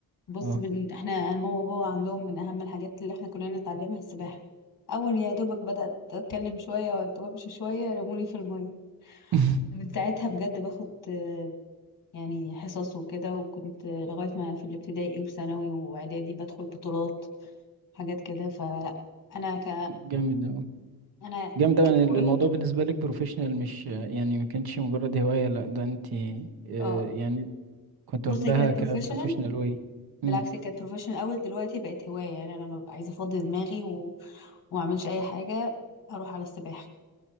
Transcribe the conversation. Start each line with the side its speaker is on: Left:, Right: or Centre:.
Left: بص
Right: اه
Left: من احنا انا ماما وبابا عندهم من اهم الحاجات اللي احنا كلنا نتعلمها السباحه اول يا دوبك بدات اتكلم شويه وامشي شويه رموني في الميه
Right: <laughs>
Left: من ساعتها بجد باخد آه، يعني حصص وكده وكنت آه، لغايه ما في الابتدائي وثانوي واعدادي بدخل بطولات حاجات كده فلا انا ك
Right: جامد أوي
Left: انا
Right: جامد أوي
Left: كنت
Right: يعني
Left: بقول
Right: الموضوع
Left: لك
Right: بالنسبة لك بروفيشنال مش يعني ما كانتش مجرد هواية لأ ده أنت آه،
Left: آه
Right: يعني كنت
Left: بص
Right: واخداها
Left: هي كانت
Right: كبروفيشنال
Left: بروفيشنال
Right: واي مم،
Left: بالعكس هي كانت بروفيشنال الاول دلوقتي بقت هوايه يعني انا لما ببقى عايزه افضي دماغي و... وما اعملش اي حاجه اروح على السباحه